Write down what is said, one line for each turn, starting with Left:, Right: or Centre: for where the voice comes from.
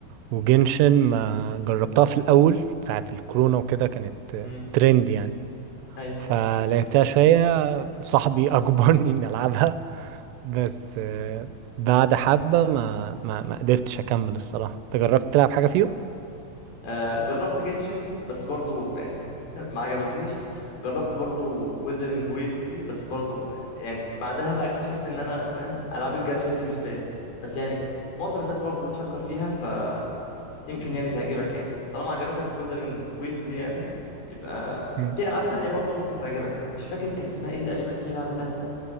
Right: وجنشن ما جربتها في الاول ساعة الكورونا وكده كانت
Left: مم.
Right: ترند يعني
Left: أيوة.
Right: فلعبتها شوية صاحبي اجبرني اني العبها بس آه، بعد حبة ما ما ما قدرتش أكمل الصراحة أنت جربت تلعب حاجة فيهم؟
Left: آه، جربت جنشن بس برضو يعني <laughs> ما عجبتنيش جربت برضو ويزرنج ويفز دي بس برضو آه، يعني بعدها بقى اكتشفت ان انا فاهم العاب الجاتشا دي مش ليا بس يعني معظم الناس برضو بتشكر فيها فيمكن يعني تعجبك يعني طالما عجبتك ويزرنج ويفز دي يعني يبقى
Right: مم.
Left: في العاب تانية برضو ممكن تعجبك مش فاكر كان اسمها ايه تقريبا في لعبة تالتة